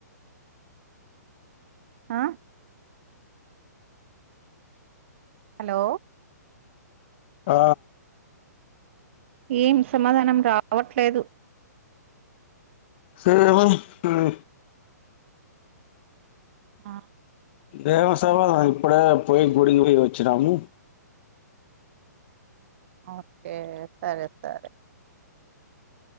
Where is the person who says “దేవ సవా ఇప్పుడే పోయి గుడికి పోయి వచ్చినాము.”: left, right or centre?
Left